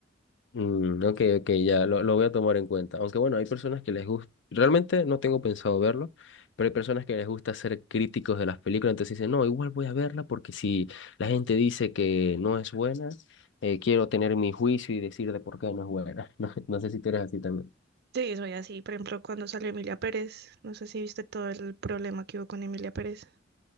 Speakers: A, on the left (about 65°); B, on the right (about 55°).
A: Mm, ok, ok, ya lo, lo voy a tomar en cuenta. Aunque bueno, hay personas que les gusta, realmente no tengo pensado verlo, pero hay personas que les gusta ser críticos de las películas, entonces dicen, no, igual voy a verla porque si la gente dice que no es buena, eh, quiero tener mi juicio y decir de por qué no es buena. <laughs> No, no sé si tú eres así también.
B: Sí, soy así. Por ejemplo, cuando salió Emilia Pérez, no sé si viste todo el problema que hubo con Emilia Pérez.